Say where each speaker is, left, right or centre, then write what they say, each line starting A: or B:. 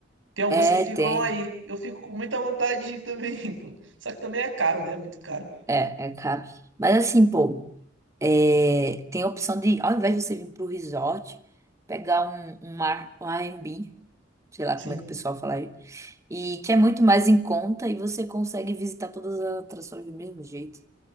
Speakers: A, on the right (about 80°); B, on the right (about 15°).
A: Tem alguns
B: É,
A: que ficam
B: tem.
A: aí. Eu fico com muita vontade de ir também, <laughs> pô. Só que também é caro, né? Muito caro.
B: É, é caro. Mas assim, pô, é, tem a opção de, ao invés de você vir pro resort, pegar um, um ar- um Airbnb sei lá
A: Sim.
B: como é que o pessoal fala e que é muito mais em conta e você consegue visitar todas as atrações do mesmo jeito,